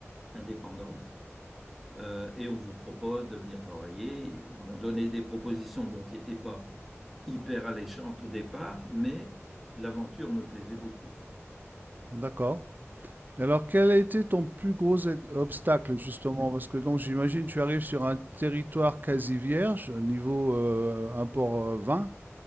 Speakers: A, in the centre; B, on the right.
A: indépendante. Euh, et on vous propose de venir travailler. Ils m'ont donné des propositions bon, qui n'étaient pas hyper alléchantes au départ, mais l'aventure me plaisait beaucoup.
B: D'accord. Et alors, quel a été ton plus gros e- obstacle, justement? Parce que donc, j'imagine, tu arrives sur un territoire quasi vierge euh, niveau euh, import euh, vin,